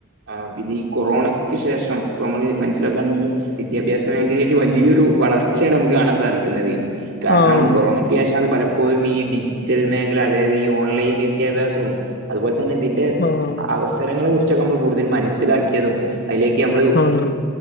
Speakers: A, on the right (about 55°); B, on the left (about 45°).
A: ആ പിന്നെ ഈ കൊറോണയ്ക്ക് ശേഷം ഇപ്പൊ നമ്മള് മനസ്സിലാക്കാണെങ്കിൽ വിദ്യാഭ്യാസ മേഖലയിൽ വലിയൊരു വളർച്ചയാണ് നമുക്ക് കാണാൻ സാധിക്കുന്നത് കാരണം
B: ആഹ്
A: കൊറോണ ത <unintelligible> പലപ്പോഴും ഈ ഡിജിറ്റൽ മേഖല അതായത് ഈ ഓൺലൈൻ വിദ്യാഭ്യാസവും അതുപോലെ തന്നെ
B: ആഹ്
A: അവസരങ്ങളെ കുറിച്ചൊക്കെ നമ്മൾ കൂടുതൽ മനസ്സിലാക്കിയതും അതിലേക്ക് നമ്മള്
B: ആണ്